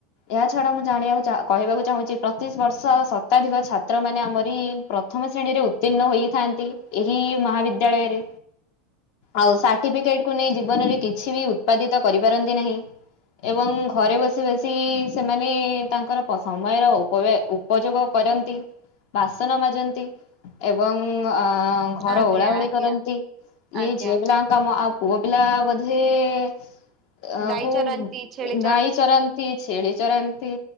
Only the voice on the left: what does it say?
ଏହା ଛଡା ମୁଁ ଜାଣିବାକୁ କହିବାକୁ ଚାହୁଁଛି ପ୍ରତିଶ ବର୍ଷ ଶତାଧିକ ଛାତ୍ର ମାନେ ଆମରରି ପ୍ରଥମ ଶ୍ରେଣୀରେ ଉତ୍ତୀର୍ଣ୍ଣ ହୋଇଥାନ୍ତି ଏହି ମହାବିଦ୍ୟାଳୟରେ ଆଉ ସାର୍ଟିଫିକେଟ କ ନେଇ ଜୀବନରେ କିଛି ବି ଉତ୍ପାଦିତ କରିପାରନ୍ତି ନାହିଁ। ଏବଂ ଘରେ ବସି ବସି ସେମାନେ ତାଙ୍କର ସମୟର ଉପଯୋଗ। କରନ୍ତି ବାସନ ମାଜନ୍ତି ଏବଂ ହିଁ ଘର
ଓଳା ଓଳି
କରନ୍ତି ଇଏ
ଝିଅ ପିଲା କଙ୍କକାମ। ପୁଅ ପିଲା ବଧେ ଅ
କୋଉ
ଗାଈ ଚରାନ୍ତି ଛେ କରନ୍ତି।